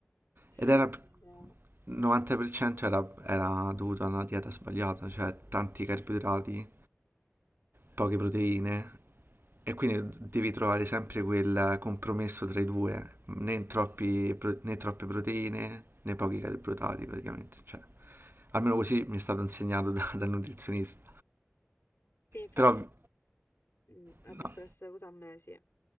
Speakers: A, on the left; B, on the right.
A: Sì,
B: eh, Ed era...
A: andavo.
B: 90% era, era dovuto a una dieta sbagliata, cioè tanti carboidrati, poche proteine e quindi devi trovare sempre quel compromesso tra i due, né, troppi pro- né troppe proteine né pochi carboidrati praticamente, cioè, almeno così mi è stato insegnato <laughs> da- dal nutrizionista,
A: Sì, infatti
B: però
A: mm, ha
B: no,
A: detto la stessa cosa a me, sì.